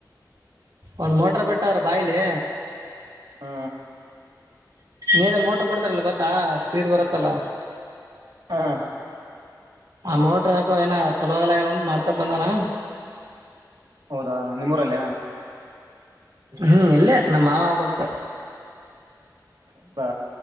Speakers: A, on the right; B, on the right.
A: ಒಂದು ಮೋಟ್ರ ಬೆಟ್ಟ ಅವ್ರೆ ಬಾಯಿಲೆ
B: ಹ್ಮ
A: ನೀರಲ್ಲಿ ಮೋಟ್ರ ಬಿಡ್ತಾರಲ್ ಗೊತ್ತಾ ಸ್ಪೀಡ್ ಬರುತ್ತಲ್ಲ
B: ಹ
A: ಆ ಮೋಟ್ರ ಹಾಕು ಏನ ಚಲೋಾಗಲಗ್ಯದಂತ ಮಾಡ್ಸಕ್ ಬಂದಾನ
B: ಹೌದಾ ನಿಮ್ಮೂರಲ್ಯ
A: ಹ್ಮ್ ಇಲ್ಲೇ ನಮ್ಮ ಮಾವ ಹಬಕ್ು
B: ಹೌದಾ